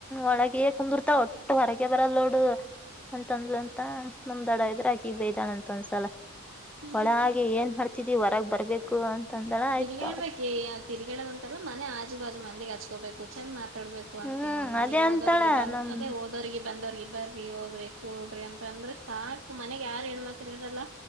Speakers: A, in the centre; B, on the right (about 60°).
A: ಒಳಗೆ ಕುಂದಿರ್ತ ಒಟ್ಟು ಹೊರಗೆ ಬರಲ್ ನೋಡು ಅಂತೊಂದ್ ಅಂತ ನಮ್ದ ದಡ ಇದ್ರಾಕಿ ಬೈದಾಳ ಅಂತ ಒಂದ್ಸಲ
B: ಹ್ಮ್
A: ಒಳ
B: ಹ್ಮ್
A: ಹಾಗೆ ಏನ್ ಮಾಡ್ತಿದಿ ಹೊರಗ್ ಬರ್ಬೇಕು ಅಂತ ಅಂದಳ ಆಯ್ತ
B: ತಿರುರ್ಗೇಬೇಕಕ್ ತಿರ್ಗೇಡದ ಅಂತಲ್ಲ ಮನೆ ಆಜು ಬಾಜು ಮಂದಿಗ್ ಹಚ್ಕೋಬೇಕು ಚಂದ ಮ ಡ್ಬೇಕು ಅಂತ
A: ಹ್ಮ್
B: ನೋ ಮನೆಗ್
A: ಅದೇ
B: ಹೋದೋರಿಗೆ
A: ಅಂತಾಳ
B: ಬಂದ
A: ನಮ್
B: ಹಾ ಓದೋರಿಗೆ ಬಂದವ್ರಿ ಬರ್ರಿ ಹೋಗ್ರಿ ಕೂಡ್ರಿ ಅಂತ ಅಂದ್ರ ಸಾಕು ಮನೆಗ ಯಾರ್ ಹೆಣ್ಮಕ್ರ್ ಇರದಲ್ಲ